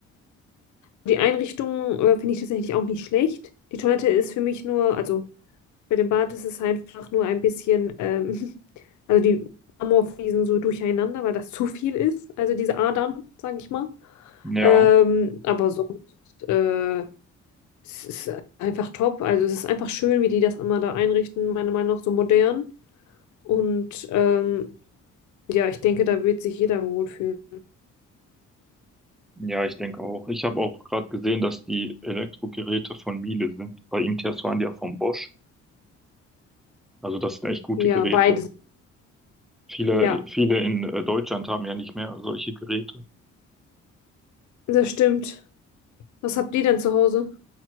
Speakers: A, on the left; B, in the centre.
A: Die Einrichtung äh, finde ich tatsächlich auch nicht schlecht. Die Toilette ist für mich nur, also bei dem Bad ist es einfach nur ein bisschen, ähm, <laughs> also die Marmorfliesen so durcheinander, weil das zu viel ist. Also diese Adern, sage ich mal.
B: Ja.
A: Ähm, aber sonst, äh, es ist einfach top. Also es ist einfach schön, wie die das immer da einrichten, meiner Meinung nach so modern. Und ähm, ja, ich denke, da wird sich jeder wohlfühlen.
B: Ja, ich denke auch. Ich habe auch gerade gesehen, dass die Elektrogeräte von Miele sind. Bei IMTS waren die ja von Bosch. Also das sind echt gute
A: Ja,
B: Geräte.
A: beides.
B: Viele,
A: Ja,
B: viele in äh, Deutschland haben ja nicht mehr solche Geräte.
A: das stimmt. Was habt ihr denn zu Hause?